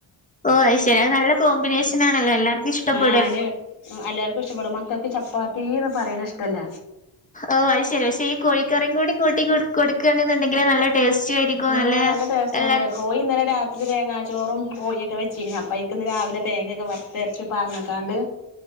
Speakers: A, on the left; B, on the left.
A: ഓഹ് അത് ശരി അത് നല്ല കോമ്പിനേഷൻ ആണല്ലോ എല്ലാർക്കും ഇഷ്ടപ്പെടല്ലോ
B: ആ ന് എല്ലാർക്കും ഇഷ്ടപ്പെടും. മക്കക്ക് ചപ്പാ ത്തീന്ന് പറയണിഷ്ടല്ല.
A: ഓ അയ് ശരി. പക്ഷേ ഈ കോഴിക്കറീം കൂടി കൂട്ടി കൊട് കൊടുക്കാണെന്നുണ്ടെങ്കിൽ നല്ല ടേസ്റ്റി ആയിരിക്കും
B: ആ നല്ല ടേസ്റ്റാണേ.
A: എല്ലാർക്കും
B: കോയിന്നലെ രാത്രി തേങ്ങാ ചോറും കോയിയൊക്കെ വെച്ചീനു. അപ്പ ഐക്കിന്ന് രാവിലെ തേങ്ങൊക്കെ വറുത്തെരച്ച് പാർന്ന്ക്കാണ്ട്